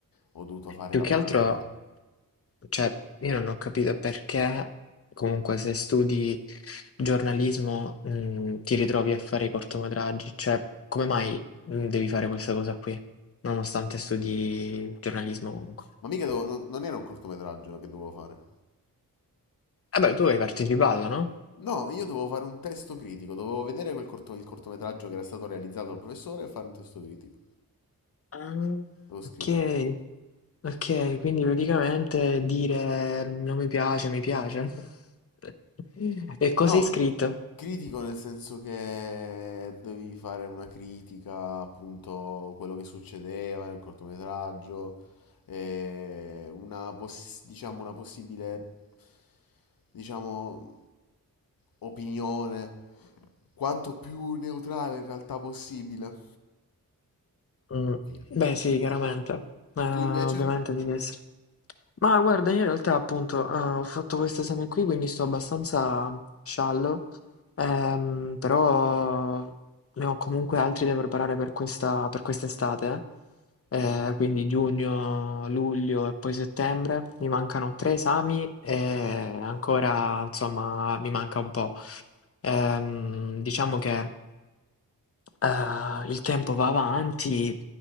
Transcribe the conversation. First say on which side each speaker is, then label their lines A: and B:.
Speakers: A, on the left (about 70°); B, on the left (about 40°).
A: ho dovuto fare
B: Più
A: l'abbonamento.
B: che altro. Cioè, io non ho capito perché, comunque, se studi giornalismo, mh, ti ritrovi a fare i cortometraggi. Cioè, come mai, mh, devi fare questa cosa qui, nonostante studi giornalismo comunque?
A: Ma mica dovevo- non non era un cortometraggio che dovevo fare.
B: Vabbè, tu hai partecipato, no?
A: No, io dovevo fare un testo critico, dovevo vedere quel corto- il cortometraggio che era stato realizzato dal professore e fare un testo critico.
B: Ah,
A: Dovevo
B: ok,
A: scrivere.
B: ok, quindi praticamente dire "Mm, non mi piace, mi piace. <laughs> E cosa
A: No,
B: hai scritto?
A: critico nel senso che dovevi fare una critica appunto quello che succedeva nel cortometraggio, e una, poss- diciamo, una possibile, diciamo, opinione quanto più neutrale in realtà possibile.
B: Mm,
A: Fine.
B: Beh, sì, chiaramente. Ma
A: Tu invece?
B: ovviamente devi essere. Ma guarda, io in realtà appunto, ehm, ho fatto questo esame qui, quindi sto abbastanza sciallo, ehm, però ne ho comunque altri da preparare per questa per quest'estate, eh,
A: Mhm.
B: quindi giugno, luglio e poi settembre. Mi mancano tre esami e ancora, insomma, mi manca un po'. Ehm, diciamo che, eh, il tempo va avanti.